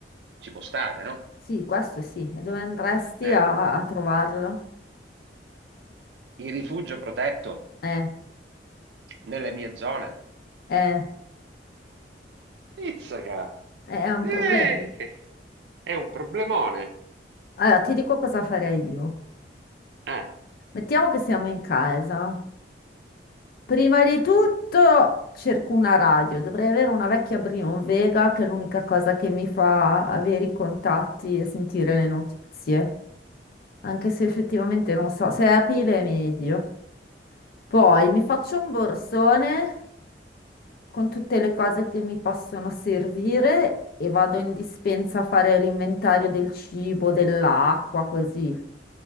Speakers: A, on the right; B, on the left.
A: Ci può stare, no?
B: Sì, questo sì. E Dove andresti
A: Eh,
B: a, a trovarlo?
A: il rifugio protetto
B: Eh,
A: nelle mie zone.
B: eh,
A: Izzaca!
B: eh, è un
A: Eh,
B: problema.
A: è un problemone.
B: Allora, ti dico cosa farei io.
A: Eh,
B: Mettiamo che siamo in casa. Prima di tutto cerco una radio. Dovrei avere una vecchia Brion Vega, che è l'unica cosa che mi fa avere i contatti e sentire le notizie. Anche se effettivamente non so, se è a pile è meglio. Poi mi faccio un borsone con tutte le cose che mi possono servire e vado in dispensa a fare l'inventario del cibo, dell'acqua, così.